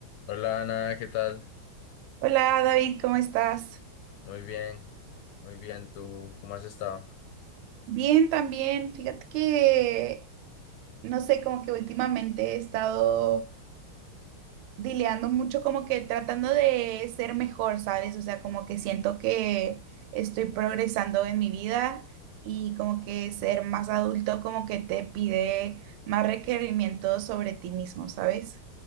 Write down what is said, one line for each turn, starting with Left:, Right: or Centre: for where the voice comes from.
Left: Hola Ana, ¿qué tal?
Right: Hola David, ¿cómo estás?
Left: Muy bien, muy bien. ¿Tú cómo has estado?
Right: Bien también. Fíjate que, no sé, como que últimamente he estado dileando mucho, como que tratando de ser mejor, ¿sabes? O sea, como que siento que estoy progresando en mi vida y como que ser más adulto como que te pide más requerimientos sobre ti mismo, ¿sabes?